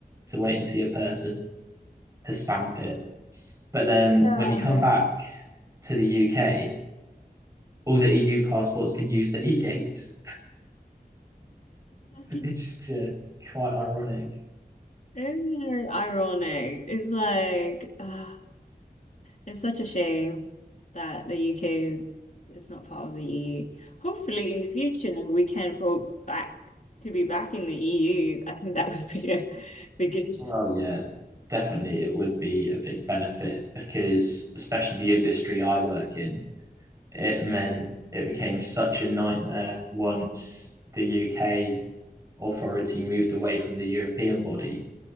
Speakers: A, on the right; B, on the left.
A: to wait and see a person to stamp it. But then
B: Yeah.
A: when you come back to the UK, all the EU passports can use the e gates.
B: Exactly.
A: <laughs> It's just uh, quite ironic.
B: It's very ironic. It's like uh, it's such a shame that the UK is is not part of the EU. Hopefully in the future we can vote back to be back in the EU. I think that <laughs> would be a big issue.
A: Well, yeah, definitely it would be a big benefit because, especially the industry I work in, it meant it became such a nightmare once the UK authority moved away from the European body,